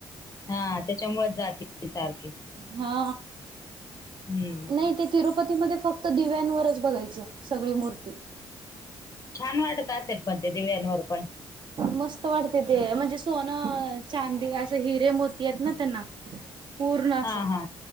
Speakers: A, on the left; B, on the right.
A: हा त्याच्यामुळेच जाते ती सारखी.
B: हा
A: हम्म
B: नाही ते तिरुपतीमध्ये फक्त दिव्यांवरच बघायचं सगळी मूर्ती.
A: छान वाटत असेल पण ते दिव्यांवर पण.
B: मस्त वाटते ते म्हणजे सोनं, चांदी, असं हिरे, मोती आहेत ना त्यांना पूर्ण अस.
A: हा हा